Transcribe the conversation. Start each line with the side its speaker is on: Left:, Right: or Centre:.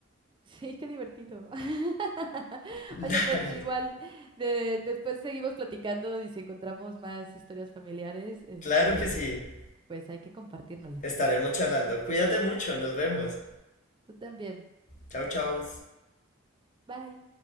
Right: Sí, qué divertido. <laughs>
Left: <laughs>
Right: Oye, pues
Left: Dale,
Right: igual de, después seguimos platicando y si encontramos más historias familiares, este,
Left: claro que sí,
Right: pues hay que compartírnoslas.
Left: estaremos charlando. Cuídate mucho, nos vemos.
Right: Tú también.
Left: Chau, chau.
Right: Bye.